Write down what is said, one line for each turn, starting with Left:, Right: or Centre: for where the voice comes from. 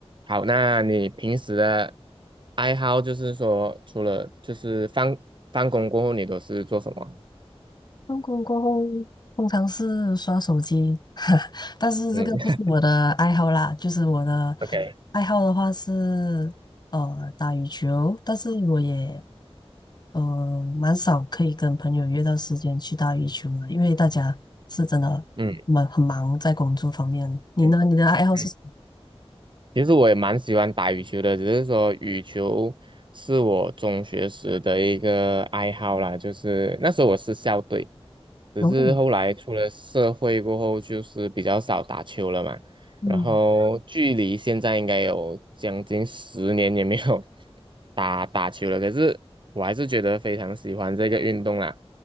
Right: 好，那你平时的爱好就是说，除了就是放放工过后，你都是做什么？
Left: 放工过后，通常是刷手机，<laughs> 但是这个不是我的爱好啦。
Right: 嗯 <laughs>
Left: 就是我的
Right: OK，
Left: 爱好的话是呃打羽球，但是我也呃蛮少可以跟朋友约到时间去打羽球的，因为大家是真的蛮很忙在工作方面。
Right: 嗯
Left: 你呢？
Right: 嗯
Left: 你的爱好是什么？
Right: 嗯。其实我也蛮喜欢打羽球的，只是说羽球是我中学时的一个爱好啦，就是那时候我是校队，只是后来出了社会过后，
Left: 泳。
Right: 就是比较少打球了嘛。
Left: 嗯，
Right: 然后距离现在应该有将近十年也没有 <laughs> 打打球了，可是我还是觉得非常喜欢这个运动啦。